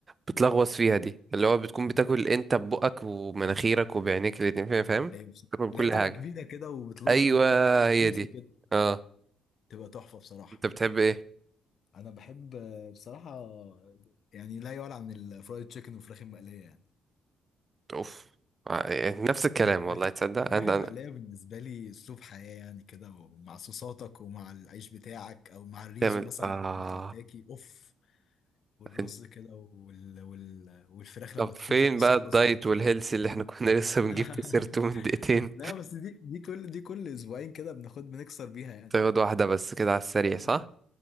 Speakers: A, on the right; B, on the left.
A: بتلغوص فيها دي اللي هو بتكون بتاكل
B: أيوه
A: انت ببقك ومناخيرك وبعينيك الاتنين فاهم فاهم
B: أيوه بصراحة
A: بتاكل بكل
B: اللي هي بتبقى
A: حاجه
B: كبيرة كده وبتلز
A: ايوه
B: من كل حاجة بتبقى
A: هي
B: جوسي
A: دي
B: كده
A: اه
B: تبقى تحفة بصراحة
A: انت بتحب ايه
B: أنا بحب آه، بصراحة يعني لا يعلى عن الفرايد تشيكن والفراخ المقلية يعني
A: اوف آه، يعني نفس
B: الفراخ
A: الكلام والله تصدق
B: الفراخ
A: انا
B: المقلية
A: أنا-
B: بالنسبة لي أسلوب حياة يعني كده ومع صوصاتك ومع العيش بتاعك أو مع الريزو
A: تعمل
B: مثلا
A: اه
B: من كنتاكي أوف والرز
A: أنت-
B: كده وال... وال... والفراخ
A: طب
B: لما تكون
A: فين
B: في النص
A: بقى
B: كده
A: الدايت
B: سبايسي
A: والهيلث اللي احنا كنا <laughs> لسه بنجيب
B: <laughs>
A: في سيرته من دقيقتين
B: لا بس دي دي كل دي كل أسبوعين كده بناخد بنكسر بيها يعني
A: تاخد واحده بس كده على السريع صح
B: اه